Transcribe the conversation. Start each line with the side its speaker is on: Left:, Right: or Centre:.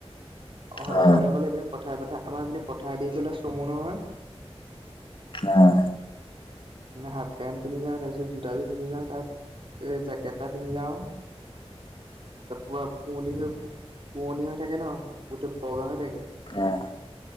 Right: অ-অকলে-অকলে
Left: অ
Right: পথাই-পথাই- আমাৰ মানে পথাৰ দি গ'লে চমু নহয়।
Left: অহ।
Right: হাফ পেণ্ট পিন্ধি যাওঁ তাৰপিছত জোতাযোৰ পিন্ধি যাওঁ তা'ত জেকেট এটা পিন্ধি যাওঁ। পুৰা কুঁৱলী হৈ -কুঁৱলী হৈ থাকে ন' গোটেই বগা হৈ থাকে।
Left: অঁহ'।